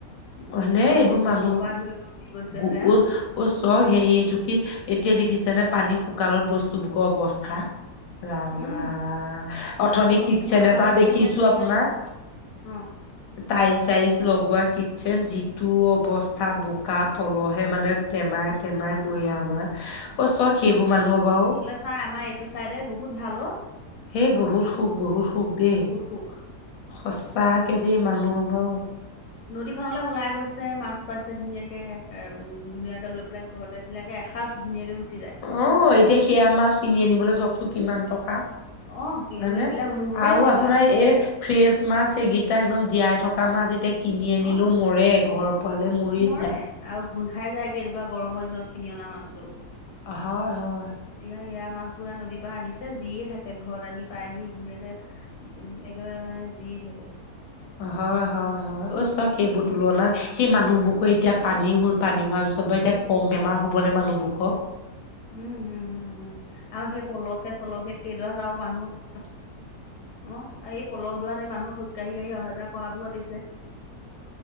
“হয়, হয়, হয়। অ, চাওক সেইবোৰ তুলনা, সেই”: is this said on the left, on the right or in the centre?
Left